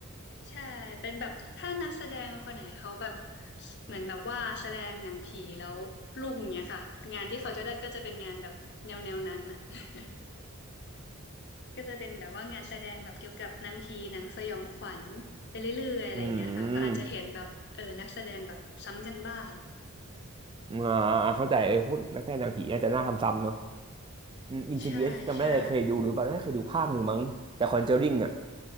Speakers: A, on the left; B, on the right.
A: ใช่ เป็นแบบถ้านักแสดงคนไหนเขาแบบเหมือนแบบว่าแสดงหนังผีแล้วลุ่งเนี้ยค่ะงานที่เขาจะได้ก็จะเป็นงานแบบแนวแนวนั้นอ่ะ <laughs> ก็จะเป็นแบบว่างานแสดงแบบเกี่ยวกับหนังผีหนังสยองขวัญไปเรื่อยๆอะไรเงี้ยค่ะก็อาจจะเห็นแบบเออนักแสดงแบบซ้ำกันบ้าง
B: อืมอ่าเข้าใจเออพูดนักแสดงหนังผีอาจจะน่าทำซ้ำเนอะ อืมอินซิเดียสจำไม่ได้เลยเคยดูหรือเปล่าน่าจะเคยดูภาคหนึ่งมั้งแต่คอนเจอริงอ่ะ
A: ใช่ใช่